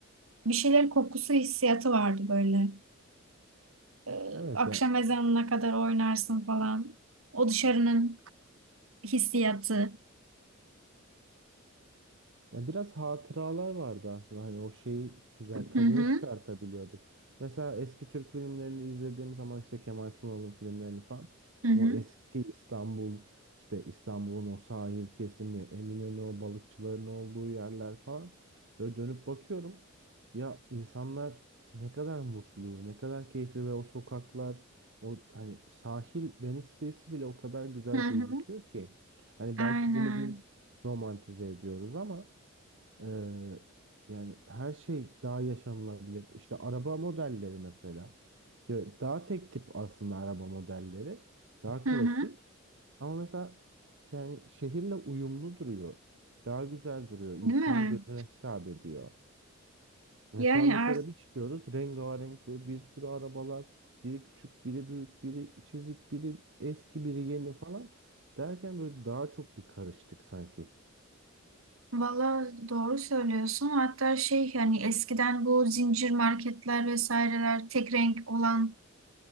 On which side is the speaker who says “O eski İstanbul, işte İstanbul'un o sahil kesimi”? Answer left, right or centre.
Right